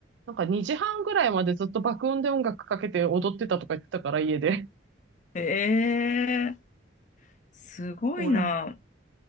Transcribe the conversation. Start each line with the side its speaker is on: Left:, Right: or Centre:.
Right: なんか2時半ぐらいまでずっと爆音で音楽かけて踊ってたとか言ってたから、家で。
Left: ええーすごいな。
Right: <laughs>